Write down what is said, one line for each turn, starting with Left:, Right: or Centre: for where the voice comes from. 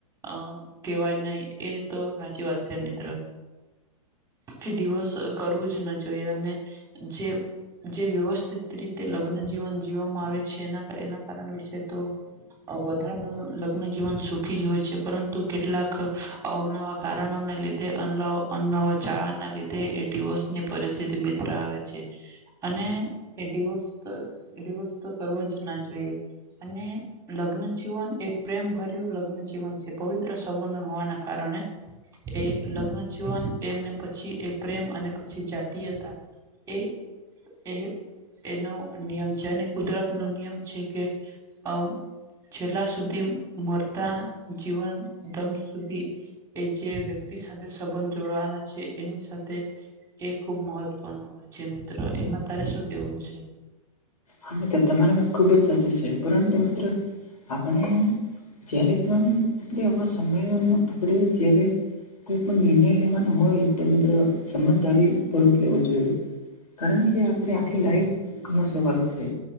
Right: અ કેહેવાય નહી. એતો સાચી વાત છે મિત્ર. કે ડિવોર્સ કરવું જ ન જોઈએ અને જે જે વ્યવસ્થિત રીતે લગ્ન જીવન જીવવા માં આવે છે એના એના કારણ વિશે તો અ બધાનું લગ્નજીવન સુખી જ હોય છે. પરંતુ કેટલાક અવનવા કારણોને લીધે અન અનનવા ચાળાને લીધે એ ડીવોર્સની પરિસ્થિતિ મિત્ર આવે છે. અને એ ડીવોર્સ તો ડિવોર્સ તો કરવો જ ના જોઈએ. અને લગ્ન જીવન એ પ્રેમ ભર્યું લગ્ન જીવન છે. પવિત્ર સંબંધન હોવાના કારણે એ લગ્ન જીવન એમને પછી એ પ્રેમ અને પછી જાતિયતા એ એ એનો નિયમ છે અને કુદરતનો નિયમ છે કે આમ છેલ્લા સુધી મરતા જીવન દમ સુધી એ જે વ્યક્તિ સાથે સંબંધ જોડવાના છે એની સાથે એ ખુબ મહત્વપૂર્ણ હોય છે મિત્ર એમાં તારે શું કેવું છે?
Left: હા મિત્ર તમારી વાત ખુબ જ સાચી છે. પરંતુ મિત્ર આપણે જયારે પણ આપણે આમાં સમયોનો આપણે જ્યારે કોઈ પણ નિર્ણય લેવાનો હોય, તો મિત્ર સમજદારી પૂર્વક લેવો જોઈએ. કારણ કે આપણે આખી લાઈફ નો સવાલ સ સે.